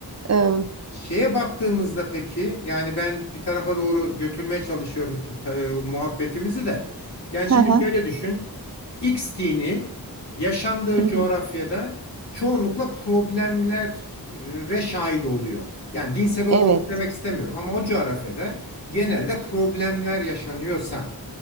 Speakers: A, on the right; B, on the left.
A: Eee,
B: Şeye baktığımızda peki yani ben bir tarafa doğru götürmeye çalışıyorum ta- e, muhabbetimizi de. Yani şimdi
A: hı hı,
B: şöyle düşün. X dini yaşandığı
A: hı hı.
B: coğrafyada çoğunlukla problemlere şahit oluyor. Yani din sebep
A: Evet,
B: olur demek istemiyorum ama o coğrafyada genelde problemler yaşanıyorsa